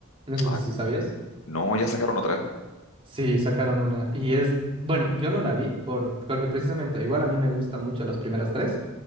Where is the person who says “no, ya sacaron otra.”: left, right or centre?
Left